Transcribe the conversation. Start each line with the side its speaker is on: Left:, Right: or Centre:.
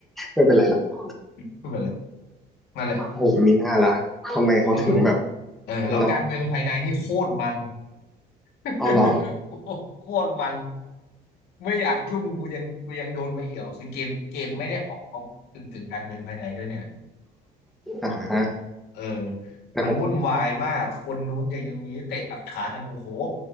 Centre: ไม่เป็นไรล่ะ
Left: ไม่เป็นไรนั่นแหละ
Centre: โอ้โหมีหน้าล่ะทำไมเขาถึงแบบ
Left: อืมเออแล้วการเมืองภายในนี่โคตรมัน
Centre: เนาะ
Left: <laughs>
Centre: อ๋อเหรอ
Left: โคตรมันไม่อยากยุ่งกูยังกูยังโดนไปเอี่ยวคือเกมเกมไม่ได้ออกเอาถึงถึงการเมืองภายในด้วยเนี่ย
Centre: อ่า
Left: เออ
Centre: แต่ของ
Left: มันวุ่นวายมากคนนู้นอย่างนี้เตะตัดขากันโอ้โห